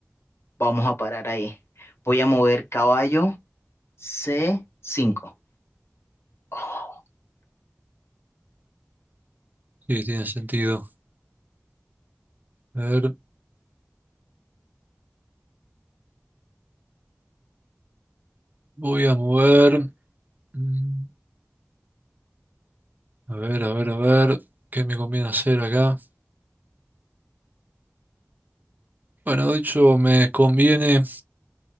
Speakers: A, on the left; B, on the right.
A: vamos a parar ahí. Voy a mover caballo c cinco. Oh,
B: Sí, tiene sentido. A ver, voy a mover. mm, A ver, a ver, a ver. ¿Qué me conviene hacer acá? Bueno, de hecho, me conviene.